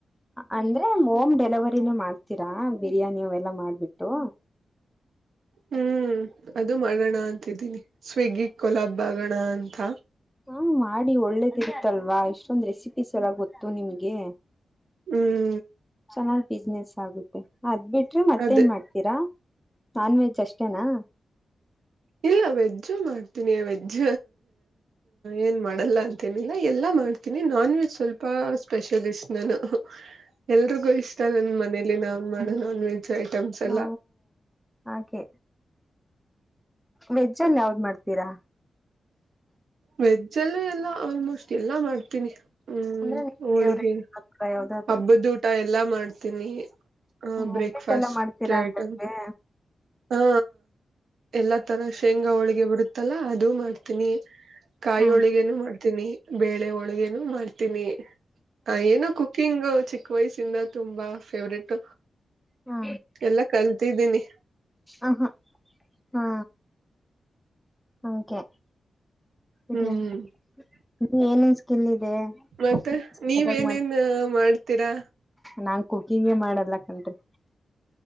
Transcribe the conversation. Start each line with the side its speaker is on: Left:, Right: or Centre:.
Centre: ಅಂದ್ರೆ ಹೋಮ್ ಡೆಲಿವರಿನೇ ಮಾಡ್ತೀರಾ ಬಿರಿಯಾನಿ ಎಲ್ಲಾ ಮಾಡ್ಬಿಟ್ಟು.
Right: ಹ್ಮ್ ಅದು ಮಾಡೋಣ ಅಂತಿದ್ದೀನಿ ಸ್ವಿಗ್ಗಿ ಕೊಲಾಬ್ ಆಗೋಣ ಅಂತ.
Centre: ಹಾ ಮಾಡಿ ಒಳ್ಳೇದಿ ಇರುತ್ತಲ್ವಾ ಇಷ್ಟೊಂದ್ ರೆಸಿಪೀಸ್ ಎಲ್ಲ ಗೊತ್ತು ನಿಮ್ಗೆ.
Right: ಹ್ಮ್
Centre: ಚೆನ್ನಾಗ್ ಬಿಸ್ನನೆಸ್ ಆಗುತ್ತೆ ಅದ್ ಬಿಟ್ರೆ ಮತ್ತೇನ್
Right: ಅದೇ
Centre: ಮಾಡ್ತ ರಾ ನಾನ್ ವೆಜ್ ಅಷ್ಟೇನಾ.
Right: ಇಲ್ಲ ವೆಜ್ಜು ಮಾಡ್ತೀನಿ ವೆಜ್ಜ್ ಏನ್ ಮಾಡಲ್ಲ ಅಂತೇನಿಲ್ಲ ಎಲ್ಲ ಮಾಡ್ ನಿ ನಾನ್ ವೆಜ್ ಸ್ವಲ್ಪ. ಸ್ಪೆಷಲಿಸ್ಟ್ ನಾನು ಎಲ್ರಿಗೂ ಇಷ್ಟ ನನ್ ಮನೇಲಿ ನಾನ್ ಮಾಡೋ ನಾನ್ ವೆಜ್. ಐಟಮ್ಸ್ ಎಲ್ಲ.
Centre: ಓ ಹಾಗೆ ವೆಜ್ಜ ಅಲ್ಲಿ ಯಾವ್ದ್ ಮಾಡ್ತೀರಾ.
Right: ವೆಜ್ಜ ಅಲ್ಲೂ ಎಲ್ಲಾ ಆಲ್ಮೋಸ್ಟ್ ಎಲ್ಲಾ ಮಾಡ್ತೀನಿ. ಹ್ಮ್
Centre: ಅಂದ್ರೆ
Right: ಹೋಳಿಗೆ
Centre: ಫೇವ್ರೇಟ್ ಯಾವ್ದಾದ್ರು
Right: ಹಬ್ಬದಊಟ ಎಲ್ಲಾ ಮಾಡ್ತೀನಿ. ಹ
Centre: ಒಬ್ಬಿಟ್ಟೆಲ್ಲ
Right: ಬ್ರೇಕ್ಫಾಸ್ಟ್
Centre: ಮಾಡ್ತೀರಾ
Right: ಐಟಮ್.
Centre: ಅಂತಂದ್ರೆ
Right: ಹಾ ಎಲ್ಲಾ ತರ ಶೇಂಗಾ ಹೋಳಿಗೆ ಬರುತ್ತಲ್ಲ ಅದು ಮಾಡ್ತೀನಿ. ಕಾಯಿ
Centre: ಹ
Right: ಹೋಳಿಗೇನು ಮಾಡ್ತೀನಿ ಬೇಳೆ ಹೋಳಿಗೇನು ಮಾಡ್ತೀನಿ. ಹ ಏನೋ ಕುಕ್ಕಿಂಗ್ ಚಿಕ್ಕ ವಯಸಿಂದ ತುಂಬಾ ಫೇವ್ರೇಟ್.
Centre: ಹಾ
Right: ಎಲ್ಲಾ ಕಲ್ತಿದ್ದೀನಿ
Centre: ಹಹಾ ಹಾ. ಹಾಗೆ ಇನ್ನು
Right: ಹ್ಮ್
Centre: ಏನೇನ್ ಸ್ಕಿಲ್ ಇದೆ.
Right: ಮತ್ತೆ
Centre: ಕುಕಿಂಗ್
Right: ನೀವೇನೇನ್
Centre: ಮಾಡ
Right: ಮಾಡ್ತೀರಾ.
Centre: ನಾನ್ ಕುಕಿಂಗೇ ಮಾಡಲ್ಲ ಕಣ್ರಿ.